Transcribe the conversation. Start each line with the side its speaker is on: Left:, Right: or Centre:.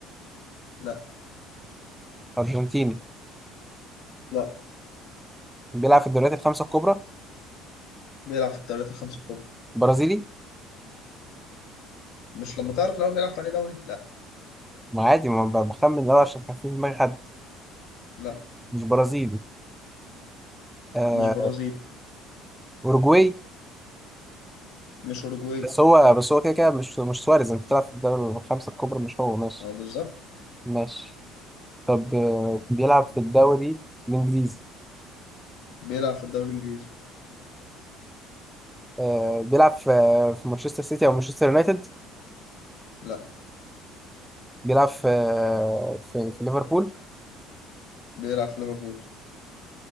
Left: لا
Centre: ارجنتيني
Left: لا
Centre: بيلعب في الدوريات الخمسة الكبرى
Left: بيلعب في الدوريات الخمسة الكبرى
Centre: برازيلي
Left: مش لما تعرف الأول بيلعب في أي دوري؟ لا
Centre: ما عادي ما ب- بخمن لو عشان كان في في دماغي حد
Left: لا
Centre: مش برازيلي آه
Left: مش برازيلي
Centre: اوروجواي
Left: مش أوروجواي
Centre: بس هو بس هو كده كده مش مش سواريز انت بتلعب في الدوري الخمسة الكبرى مش هو ماشي
Left: اه بالظبط
Centre: ماشي طب آه، بيلعب في الدوري الانجليزي
Left: بيلعب في الدوري الإنجليزي
Centre: آه، بيلعب في في مانشستر سيتي او مانشستر يونايتد
Left: لا
Centre: بيلعب في في, في ليفربول
Left: بيلعب في ليفربول